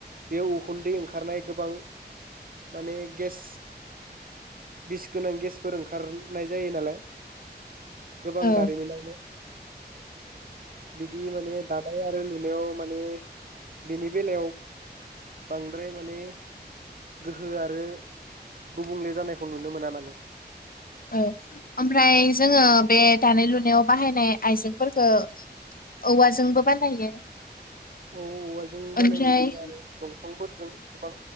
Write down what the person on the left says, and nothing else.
औ
औ आमफ्राय जोङो बे दानाय लुनायाव बाहायनाय आइजेंफोरखौ औवाजोंबो बानायो
ओमफ्राय